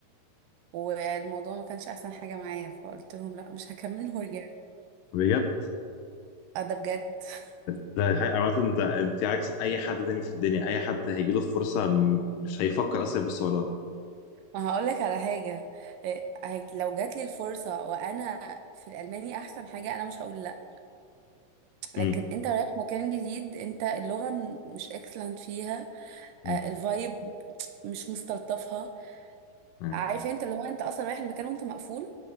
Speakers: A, on the right; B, on the left.
A: والموضوع ما كانش احسن حاجه معايا فقلت لهم لا مش هكمل ورجعت
B: بجد
A: اه ده بجد <laughs>
B: ده حقيقة عامة ده انت عكس اي حد تاني في الدنيا اي حد هيجيله فرصة م- مش هيفكر اصلا يبص وراه
A: ما هقول لك على حاجه إيه، هج- لو جات لي الفرصه وانا في الالماني احسن حاجه انا مش هقول لا لكن
B: امم
A: انت رايح مكان جديد انت اللغه م- مش اكسلنت فيها
B: امم
A: آه، الفايب مش مستلطفها
B: أيوة.
A: عارف انت اللي هو انت اصلا رايح المكان وانت مقفول